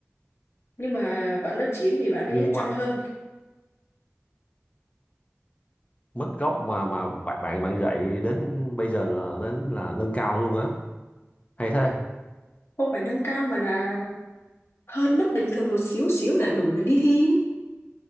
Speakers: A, on the left; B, on the left.
A: nhưng mà bạn lớp 9 thì bạn ấy
B: nhưng
A: chăm
B: mà
A: hơn
B: mức gốc mà mà bạn bạn bạn dạy đến bây giờ là đến là nâng cao luôn á hay thế
A: không phải nâng cao mà là hơn mức bình thường một xíu xíu đã đủ để đi thi ấy.